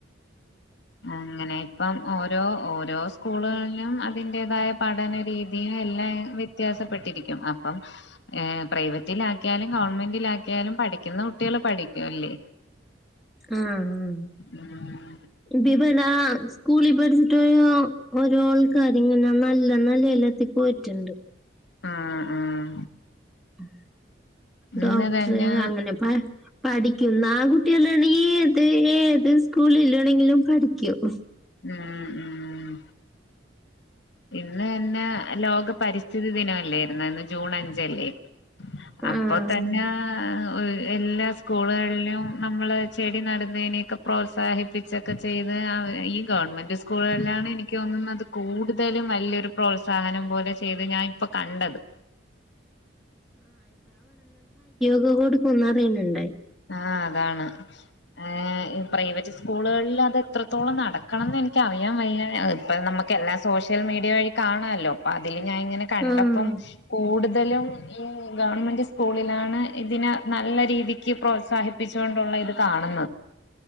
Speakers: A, on the left; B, in the centre.
A: അങ്ങനെയെപ്പം ഓരോ ഓരോ സ്കൂളുകളിലും അതിൻ്റേതായ പഠനരീ നീ യെല്ലയും വ്യത്യാസപ്പെട്ടിരിക്കും അ ദി പ്പം എ പ്രൈവെറ്റിലാക്കിയാലും ഗവൺമെൻ്റിലാക്കിയാലും പഠിക്കുന്ന കുട്ട്യാള് പടിക്യുല്ലെ
B: ആ ആ മ്മ്
A: ഉം
B: വിഭാനാ സ്‌കൂളി ബർട്ടോയോ ഒരോൾക്ക് അതിങ്ങന്ന നല്ല നെലേയി ലെത്തി പോയിറ്റിണ്ട്
A: ആഹ് ആഹ്
B: ഗ്ഉം ഡേക്ടറേ
A: ഇന്ന് തന്നെ
B: അങ്ങനെ പ പഠിക്കുന്ന കുട്ട്യാളളീം ഏ ഏത് സ്ക്കൂളിലൊണെങ്കിലും പഠിക്കും
A: മ് മ്മ് ഇന്നന്നെ ലോക പരിസ്ഥിതി ദിനല്ലേർന്നാ ഇന്ന് ജൂൺ അഞ് ഞ്ചലെ അപ്പൊ
B: ആ
A: തന്നെ ഓഹ് എല്ലാ സ്കൂൾ കളിലും നമ്മളെ ചെടി നടന്നെയ്നെ ഒക്കെ പ്രോസ്ലാഹിപ്പിച്ചെക്കെ ചെയ്ത് അവ ഈ ഗവൺമെൻ്റ് സ്‌കൂൾ കളിലാണ് എനിക്ക് തോന്നുന്നത് കൂട്തെലും വല്ലൊരു പ്രോത്സാഹനം പോലെ ചെയ്തെത് ഞാ ഇപ്പ കണ്ടത്
B: <unintelligible> കൊട്ക്കുന്ന് പറെൽ ഇണ്ടായി
A: ആ അതാണ് ഏ പ്രവൈറ്റ് സ്കൂൾ കളിൽ അത് എത്രത്തോളം നടക്കണംന്ന് എനിക്കറിയാൻ വയ്യ അതിപ്പ നമ്മ്ക്ക് എല്ലാ സോഷ്യൽ മീഡിയ വഴി കാണാലോ അപ്പ അതിൽ ഞാ ഇങ്ങനെ കണ്ടപ്പം
B: ആഹ്
A: കൂട് തെലും ഈ ഗവൺമെൻ്റ് സ്കൂളിലാണ് ഇതിനെ നല്ല രീതി ക്ക് പ്രോൽസാഹിപ്പിച്ചോണ്ടുള്ള ഇത് കാണു